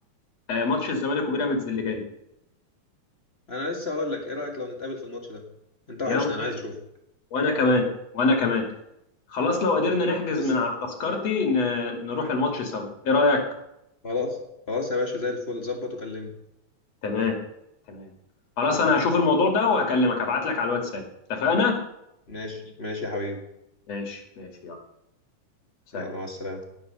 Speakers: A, on the left; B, on the left.
A: آه، ماتش الزمالك وبيراميدز اللي جاي
B: انا لسه هقول لك ايه رايك لو نتقابل في الماتش ده انت وحشني
A: يا مسهل
B: انا عايز اشوفك
A: وانا كمان وانا كمان خلاص لو قدرنا نحجز
B: بز...
A: من على تذكرتي ن- نروح الماتش سوا ايه رايك
B: خلاص خلاص يا باشا زي الفل ظبط وكلمني
A: تمام تمام خلاص انا هشوف الموضوع ده وهكلمك هبعت لك على الواتساب اتفقنا
B: ماشي ماشي يا حبيبي
A: ماشي ماشي يلا سلام
B: يلا مع السلامه